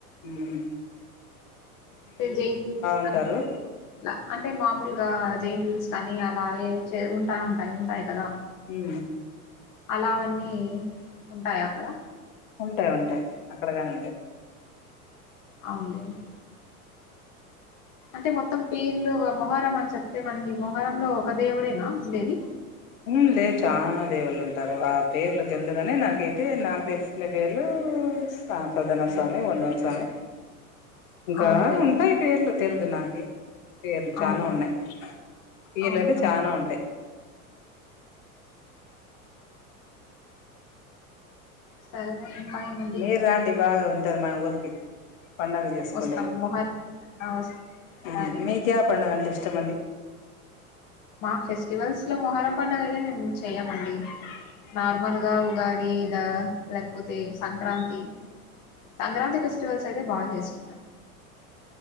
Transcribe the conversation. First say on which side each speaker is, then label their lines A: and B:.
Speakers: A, on the left (about 60°); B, on the left (about 45°).
A: ఉమ్
B: అటే జెయింట్విల్స్ ఇట్ల
A: ఉంటారు
B: అంటే మామూలు ఇంకా జెంట్ విల్స్ కానీ అలాగే ఉంటా ఉంటాయి ఉంటాయి కదా
A: హు
B: అలావన్నీ ఉంటాయ అక్కడ
A: ఉంటాయ్ ఉంటాయ్ అక్కడ గానీ ఉంటాయి
B: అవునులేండి అంటే మొత్తం పీర్లు మొహరం అని చెప్తే మనకి మొహరంలో ఒక దేవుడేనా ఉండేది
A: ఉమ్ లేదు చాలా దేవుళ్ళు ఉంటారు ఆ పేర్లు తెలిదుగానే నాకైతే నాకు తెలిసిన పేర్లు సాప్రదన స్వామి వన్నూరు స్వామి ఇంకా
B: అవునులేండి
A: ఉంటాయి పేర్లు తెలిద్ దూనకే పేర్లు చానా
B: అవును
A: ఉన్నాయి పీర్లు
B: అవునవును
A: అయితే చానా ఉంటాయి
B: సరే ఇంకా ఏమండి
A: మీరు అండి బాగా ఉమ్ టార్ మావూరికి పండగచేసుకుండేకి
B: వస్తాం మొహర్ ఆ వస్తారి
A: ఉమ్ మీక్యా పండగ అంటె ఇష్టం ఇష్టం మండి
B: మాకు ఫెస్టివల్స్ లో మొహరం పడుగతే మేము చెయమండి నార్మల్ గా ఉ ఉగాది ద లేకపోతే సంక్రాంతి సంక్రాంతి ఫెస్ట్ స్టివల్స్ అయితే బా చేసుకుంటా